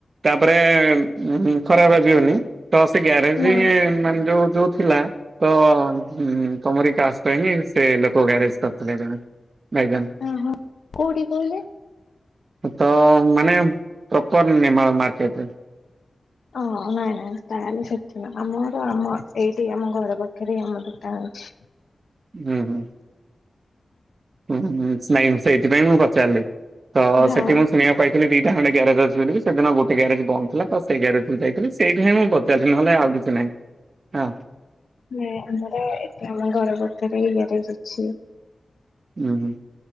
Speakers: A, on the right; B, on the left.
A: ତାପରେ-ଏ-ଏ-ଏ ହୁଁ ହୁଁ ଖରା ବାଜିବନି। ତ ସେ ଗ୍ୟାରେଜି-ଇ-ଇ-ଇ
B: ନାଇଁ
A: ମାନେ ଯୋଉ ଯୋଉ ଥିଲା ତ-ଅ-ଅ ହୁଁ ହୁଁ ତମରି ଟ୍ୟାନ୍ସ ପ୍ରେମୀ ସେ ଲୋକ ଗ୍ୟାରେଜ କରିଥିଲେ ଜଣେ। <unintelligible>
B: ଅ ହଁ କୋଉଠି କହିଲେ
A: ହଁ ତ ମାନେ ପ୍ରପର ନିମାଳ ମାର୍କେଟରେ।
B: ଓ ହୋ ନାଇଁ ନାଇଁ ତାହେଲେ ସେଠି ନାହିଁ ଆମର ଆମ ଏଇଠି ଆମ ଘର ପାଖରେ ଆମ ଦୋକାନ ଅଛି।
A: ହୁଁ ହୁଁ। ହୁଁ ହୁଁ ନାଇଁ ସେଇଥିପାଇଁ ମୁଁ ପଚାରିଲି ତ-ଅ-ଅ
B: ହଁ
A: ସେଠି ମୁଁ ଶୁଣିବାକୁ ପାଇଥିଲି ଦିଇଟା ଖଣ୍ଡେ ଗ୍ୟାରେଜ ଅଛି ବୋଲିକି। ସେଦିନ ଗୋଟେ ଗ୍ୟାରେଜ ବନ୍ଦ ଥିଲା ତ ସେ ଗ୍ୟାରେଜକୁ ଯାଇଥିଲ ସେଇଥିପାଇଁ ମୁଁ ପଚାର ଏଠି ନହେଲେ ଆଉ କିଛି ନାହିଁ ହଁ।
B: ନାଇଁ ଆମର ଏ ଆମ ଘର ପାଖରେ ହି ଗ୍ୟାରେଜ ଅଛି।
A: ହୁଁ ହୁଁ